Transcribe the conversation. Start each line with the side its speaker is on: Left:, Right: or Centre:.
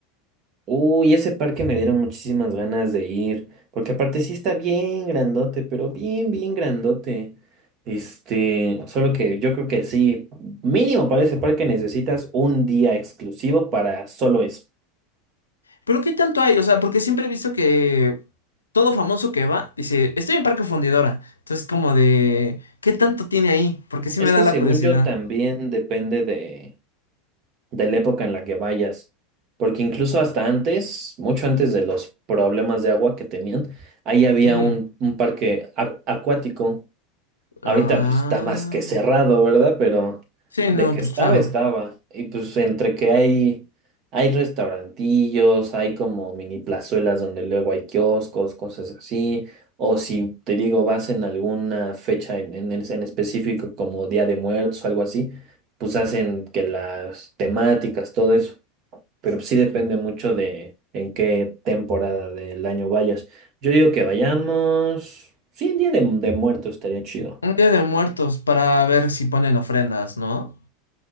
Right: Uy, ese parque me dieron muchísimas ganas de ir, porque aparte sí está bien grandote, pero bien, bien grandote. Este, solo que yo creo que sí, mínimo para ese parque necesitas un día exclusivo para solo eso.
Left: Pero ¿qué tanto hay? O sea, porque siempre he visto que todo famoso que va dice, estoy en Parque Fundidora. Entonces como de, ¿qué tanto tiene ahí? Porque sí
Right: Es
Left: me da
Right: que
Left: la
Right: según
Left: curiosidad.
Right: yo también depende de, de la época en la que vayas, porque incluso hasta antes, mucho antes de los problemas de agua que tenían, ahí había
Left: Ujú.
Right: un, un parque ac- acuático Ahorita
Left: Ah.
Right: pues está más que cerrado, ¿verdad? Pero
Left: Sí,
Right: de
Left: no,
Right: que
Left: pues
Right: estaba,
Left: claro.
Right: estaba. Y pues entre que hay, hay restaurantillos, hay como mini plazuelas donde luego hay kioscos, cosas así. O si te digo, vas en alguna fecha en, en, es- en específico como Día de Muertos o algo así, pues hacen que las temáticas, todo eso. Pero pues, sí depende mucho de en qué temporada del año vayas. Yo digo que vayamos. Sí, en Día de, de Muertos estaría chido.
Left: Un día de muertos para ver si ponen ofrendas, ¿no?